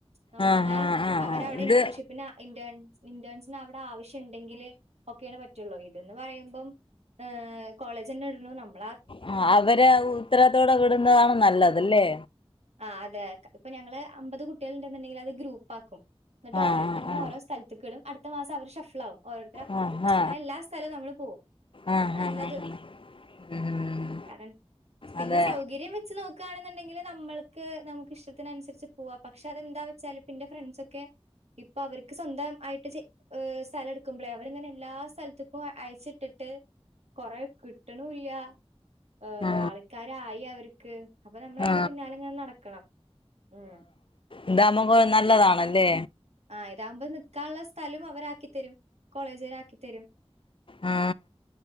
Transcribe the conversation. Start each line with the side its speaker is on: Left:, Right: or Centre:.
Right: നമ്മളെ
Left: ആ ആ ആ
Right: അവര
Left: ആ
Right: അവിടെ
Left: ഇത്
Right: ഇന്റേൺഷിപ്പിനാ ഇന്റേൺ ഇന്റേൺസിന് അവിടെ ആവശ്യം ഉണ്ടെങ്കില് ഒക്കെയാണ്‌ പ ഇതന്ന് പറയുമ്പോ ഏ കോളേജ് തന്നെ ഇ <unintelligible>
Left: ആ അവര് ആ ഉത്തരവാതത്തോടെ വിടുന്നതാണ് നല്ലത്. ഇല്ലേ
Right: ആ അതെ ക ഇപ്പൊ ഞങ്ങള് അമ്പത് കുട്ടികള് ഉണ്ടെന്നുണ്ടെങ്കില് അത് ഗ്രൂപ്പാക്കും. എന്നിട്ട്
Left: ആ
Right: ഓരോരുത്തരനെ
Left: ആ ആ
Right: ഓരോ സ്ഥലത്തക്ക് ഇടും അടുത്ത മാസം അവര് ഷഫ്ലാവും. ഓരോരുത്തർ അപ്പുറത്ത്ം
Left: ആ ആ
Right: അങ്ങനെ എല്ലാ സ്ഥലവും നമ്മള് പോവും അതാ
Left: ആ ആ
Right: നല്ലത്.
Left: ആ ആ ഉം
Right: കാരണം പിന്നെ
Left: അതെ
Right: സൗകരൃ. കാര്യം വെച്ച് നോക്കുവാണുന്നുണ്ടെങ്കിൽ നമ്മൾക്ക് നമുക്ക് ഇഷ്ടത്തിനുസരിച്ച് പോവാം പക്ഷെ അതെന്താ വെച്ചാലും എന്റെ ഫ്രണ്ട്സ് ഒക്കെ ഇപ്പൊ അവർക്ക് സ്വന്തം ആയിട്ട് ചെ സ്ഥല എടുക്കുമ്പളെ അവര്ങ്ങനെ എല്ലാ സ് സ്ഥലത്തക്കു അയച്ചിട്ടിട്ട് കൊറെ കിട്ടണൂല. ഏ
Left: ആ
Right: ആൾക്കാരായി അവരക്ക് അപ്പ നമ്മളതിന്റെ
Left: ആ
Right: പിന്നാലെ ഇങ്ങനെ നടക്കണം ഉം
Left: ഇതാവുമ്പോ കുറെ നല്ലതാണല്ലേ
Right: ആഹ് ഇതാവുമ്പോൾ നിക്കാനുള്ള സ്ഥലം അവരാക്കി തരും കോളേജിലാകും. തരും
Left: ആ